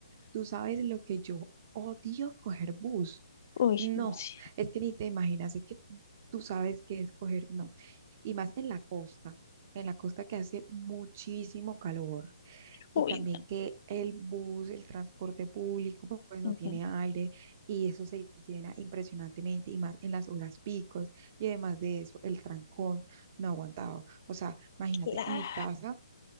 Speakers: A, on the right; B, on the left.
A: Tú sabes lo que yo odio coger bus.
B: uy,
A: No,
B: no sé,
A: es que ni te imaginas, es que tú sabes que es coger, no. Y más en la costa, en la costa que hace muchísimo calor
B: uy,
A: y también que el bus, el transporte público, pu- pues no
B: no, ujú,
A: tiene aire y eso se llena impresionantemente y más en las horas picos y además de eso, el trancón no aguantaba. O sea, imagínate,
B: Clara,
A: mi casa